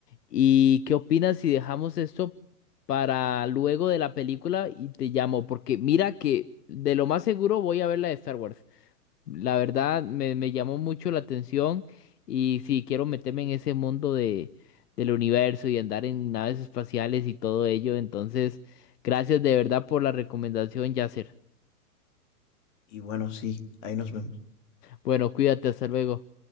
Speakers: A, on the left; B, on the left.
A: ¿Y qué opinas si dejamos esto para luego de la película y te llamo? Porque mira que de lo más seguro voy a ver la de Star Wars. La verdad, me, me llamó mucho la atención y sí quiero meterme en ese mundo de, del universo y andar en naves espaciales y todo ello. Entonces, gracias de verdad por la recomendación, Yasser.
B: Y bueno, sí, ahí nos vemos.
A: Bueno, cuídate, hasta luego.